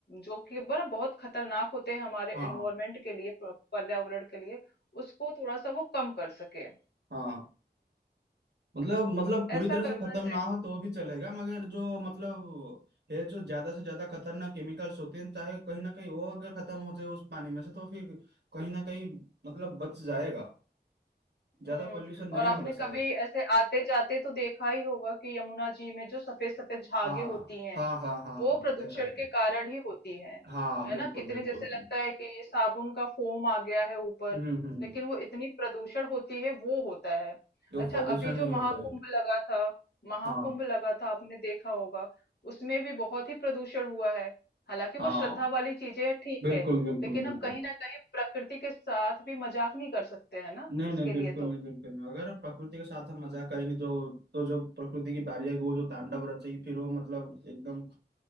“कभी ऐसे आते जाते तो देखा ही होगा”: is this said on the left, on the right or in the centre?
Left